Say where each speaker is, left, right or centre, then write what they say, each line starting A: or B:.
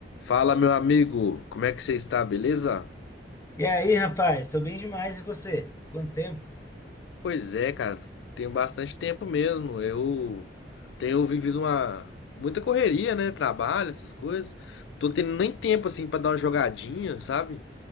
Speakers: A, on the left; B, on the left.
A: Fala, meu amigo, como é que você está, beleza?
B: E aí, rapaz, tô bem demais, e você? Quanto tempo?
A: Pois é, cara, tem bastante tempo mesmo. Eu tenho vivido uma muita correria, né? Trabalho, essas coisas. Tô tendo nem tempo assim pra dar uma jogadinha, sabe?